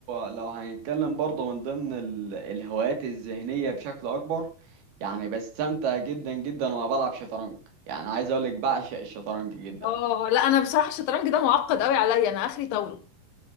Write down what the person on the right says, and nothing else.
لو هنتكلم برضه من ضمن ال- الهوايات الذهنيه بشكل اكبر يعني بستمتع جدا جدا وانا بلعب شطرنج يعني عايز اقول لك بعشق الشطرنج جدا